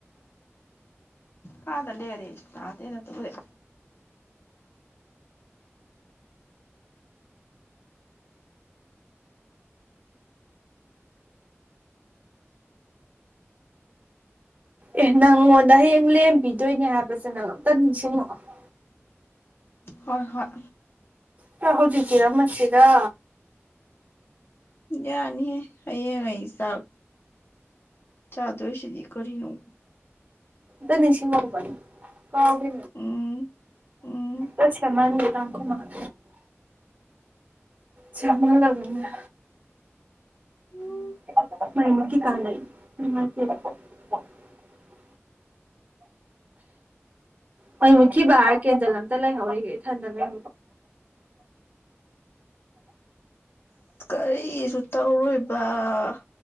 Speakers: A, on the left; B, on the right.
A: ꯀꯥꯗ ꯂꯩꯦꯔ ꯇꯥꯗꯔ ꯇꯕꯨꯔ
B: ꯑꯦ ꯅꯪꯉꯣꯟꯗ ꯍꯌꯦꯡ ꯂꯦꯝꯕꯤꯗꯣꯏꯅꯦ ꯍꯥꯏꯕꯁꯦ ꯅꯪ ꯑꯝꯇ ꯅꯤꯡꯁꯤꯡꯉꯛꯑꯣ
A: ꯍꯣꯏ ꯍꯣꯏ
B: ꯆ ꯍꯧꯖꯤꯇꯤꯔ ꯃꯁꯔ
A: ꯌꯥꯅꯤ ꯑꯩꯌꯦꯦ ꯉꯏ ꯁꯥꯕ ꯆꯥꯗꯣꯏꯁꯤꯗꯤ ꯀꯔꯤꯅꯣ
B: ꯗꯅꯤꯁꯤꯒꯧ ꯄ ꯄꯎꯒ
A: ꯎꯝ ꯎꯝ
B: ꯇ ꯁꯃꯥꯡꯒꯈ ꯃꯍ ꯆꯃꯜ ꯂꯒꯟꯅ
A: ꯎꯝ
B: ꯀꯥꯏꯣ ꯍꯣꯏ ꯃꯨꯀꯤ ꯕꯥꯍꯔ ꯀꯦꯟꯗꯜ ꯑꯝꯇ ꯂꯩꯍꯧꯔꯤꯒꯦ ꯏꯊꯟꯗ ꯂꯩ
A: ꯁꯤꯁꯨ ꯇꯧꯔꯣꯏꯕ ꯑ